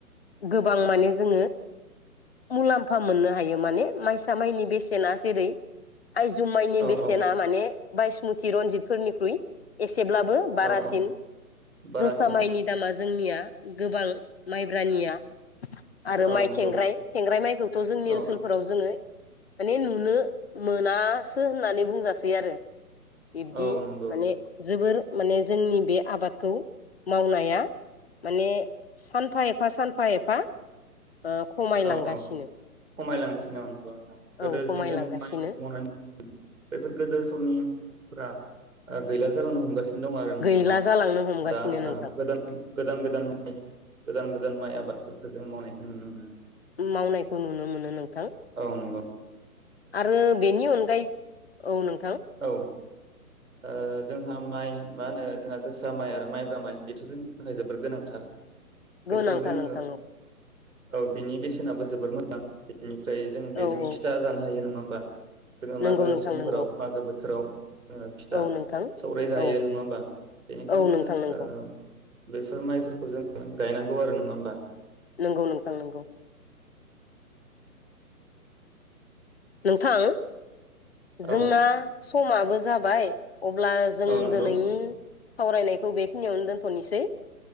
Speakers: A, on the left; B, on the right.
A: गोबां माने जोङो मुलाम्फा मोननो हायो माने माइस माइनि बेसेना जेरै आयजु माइनि
B: औ
A: बेसे
B: औ
A: ने बाइसमुथि रनजितफोरनिख्रुइ एस सेब्लाबो बारासिन
B: औ औ बारासिन
A: जोसा माइनि दामा जोंनिया गोबां माइब्रानिया आरो
B: औ
A: माइ
B: नंगौ
A: थेंग्राय थेंग्राय माइखौथ जोंनि
B: औ
A: ओनसोलफोराव जोङो माने नुनो मोनासो होननानै बुंजासै आरो बिब्दि
B: औ नंगौ
A: माने
B: नंगौ
A: जोबोर माने जोंनि बे आबादखौ मावनाया माने सानफा एफा सानफा एफा ओ खमायलांगासिनो
B: औ औ खमायलांसिनो ओं नोंथां गोदो
A: औ खमायलांगासिनो
B: जि जों माय आबाद मावनानै बेफोर गोदो समनि <unintelligible> फोरा अ गैला जालांनो हमगासिनो। दं आरो नोंथांनाव
A: गैला जालांनो हमगासिनो
B: दा
A: नोंथां
B: अ गोदान गोदान गोदान माइ गोदान गोदान माइ आबाद बेफोरखौ जों मावनायखौ नुनो मोनो।
A: मावनायखौ नुनो मोनो नों
B: औ नंगौ।
A: आरो बेनि अनगायै। औ नों
B: औ ओ जोंहा माइ मा होनो जोंहा जोसा माइ आरो माइब्रा माइ बेथ जोंनि थाखाय जोबोर गोनांथार। बेखौ
A: गोनांथार
B: जोङो
A: नोंथां औ
B: औ बिनि बेसेनाबो जोबोर मोजां बिनि ओमफ्राय जों बेजों
A: औ औ
B: फिथा जानो हायो नङा होमबा जोङो मागो
A: नंगौ नोंथां
B: समफोराव
A: नंगौ
B: मागो बो जेराव ओ फिथा
A: औ नोंथां
B: सौराय जायो
A: औ
B: नङा होमबा बेनिखायनो
A: औ
B: जोङो
A: नोंथां
B: ओ
A: नंगौ
B: बेफोर माइफोरखौ जोङो गायनांगौ आरो नङा होमबा
A: नंगौ नोंथां नंगौ नोंथां।
B: औ
A: जोंना समाबो जाबाय अब्ला जों
B: औ नंगौ
A: दोनै सावरायनायखौ बेखिनियावनो दोनथनिसै